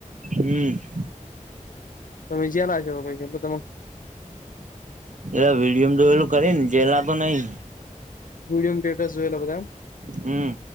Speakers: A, on the right; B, on the left.
A: હમ્મ.
B: તમે વિજયા ના કે ભઈ કે લૂ.
A: એ વિડીયો મે એમ કરે ને જેલા તો નઈ.
B: વીડિયો ને ટેક્સ જોએ લો બધા એમ.
A: હમ્મ!